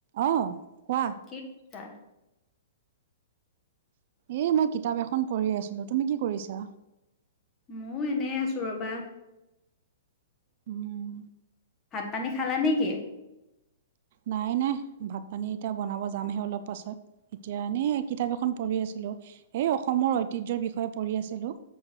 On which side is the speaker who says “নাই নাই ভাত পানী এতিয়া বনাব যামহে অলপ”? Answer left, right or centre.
Right